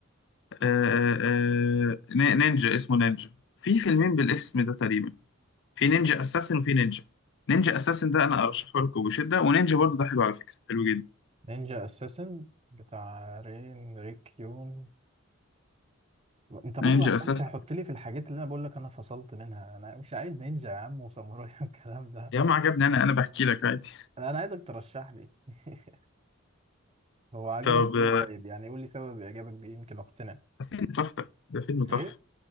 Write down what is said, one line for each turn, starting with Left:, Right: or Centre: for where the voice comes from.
Left: آه آه، ن- نينجا اسمه نينجا في فيلمين بالاسم ده تقريبا في نينجا اساسن وفي نينجا نينجا اساسن ده انا ارشحه لكم بشده ونينجا برضه ده حلو على فكره حلو جدا
Right: نينجا اساسن بتاع رين ريك يون انت برضه
Left: نينجا
Right: عمال
Left: اساسن
Right: تحط لي في الحاجات اللي انا بقول لك انا فصلت منها انا مش عايز نينجا يا عم وساموراي والكلام ده
Left: يا عم عجبني انا انا بحكي لك عادي
Right: انا أنا عايزك ترشح لي <laughs> هو عجبك
Left: <laughs> طب
Right: ليه
Left: آه،
Right: طيب يعني قول لي سبب اعجابك بيه يمكن اقتنع
Left: فيلم تحفه ده فيلم تحفه
Right: ايه